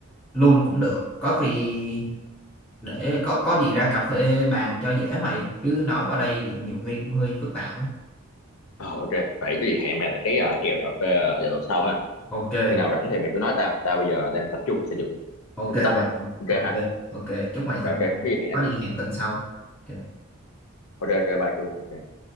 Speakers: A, in the centre; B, on the left.
A: luôn cũng được có khi để có có gì ra cà phê bàn cho dễ mày chứ nói qua đây thì nhiều khi cũng hơi phức tạp á
B: ờ ok vậy có gì hẹn mày lại cái uh, kèo cà phê ờ, vào tuần sau ha
A: ok
B: khi nào rảnh thì mày cứ nói tao tao bây giờ đang tập trung xây dựng
A: ok
B: cái TikTok
A: mày
B: rồi
A: ok
B: ok
A: ok
B: ha
A: ok. chúc mày thành
B: rồi ok cái
A: công
B: gì hẹn
A: có
B: tao
A: gì hẹn tuần sau Ok.
B: ok ok bye chú Ok.